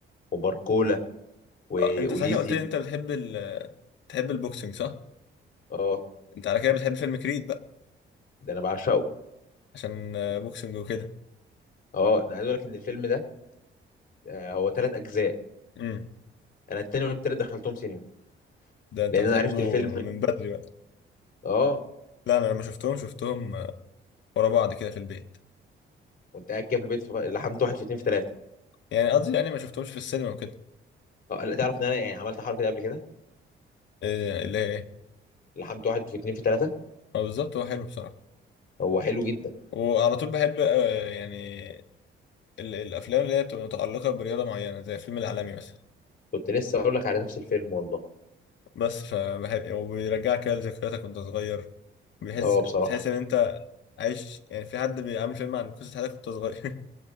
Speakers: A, on the left; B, on the left.
A: وباركولا واوليسي
B: اه انت صحيح قلت لي انت بتحب ال بتحب البوكسنج صح؟
A: اه
B: انت على كده بتحب فيلم كريد بقى
A: ده انا بعشقه
B: عشان آه، بوكسنج وكده
A: اه انا عايز اقول لك ان الفيلم ده آه، هو ثلاث اجزاء
B: امم
A: انا التاني والتالت دخلتهم سينما
B: ده انت
A: لان
B: بتحبه
A: انا عرفت الفيلم
B: من بدري بقى
A: اه
B: لا انا لما شفتهم شفتهم آه، ورا بعض كده في البيت
A: وانت قاعد كده في البيت ف- لحمت واحد في اتنين في تلاته
B: يعني قصدي يعني ما شفتهمش في السينما وكده
A: اه لا، تعرف ان انا يعني عملت حركه دي قبل كده
B: إيه اللي هي ايه
A: لحمت واحد في اتنين في تلاته
B: اه بالظبط هو حلو بصراحة
A: هو حلو جدا
B: وعلى طول بحب آه، يعني ال- الافلام اللي هي بتبقى متعلقة برياضة معينة زي الفيلم العالمي مثلا
A: كنت لسه اقول لك على نفس الفيلم والله
B: بس فبحب وبيرجعك كده لذكرياتك وانت صغير بيحس
A: اه
B: بتحس
A: بصراحه
B: ان انت عايش يعني في حد بيعمل فيلم عن قصة حياتك وانت صغير